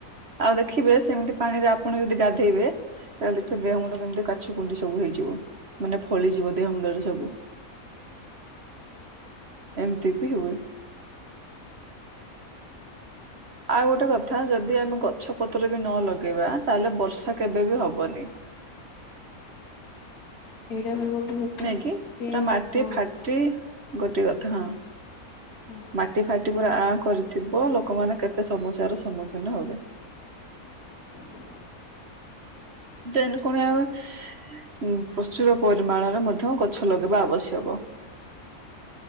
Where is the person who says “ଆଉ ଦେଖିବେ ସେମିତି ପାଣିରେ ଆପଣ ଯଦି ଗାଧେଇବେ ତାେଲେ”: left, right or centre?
Right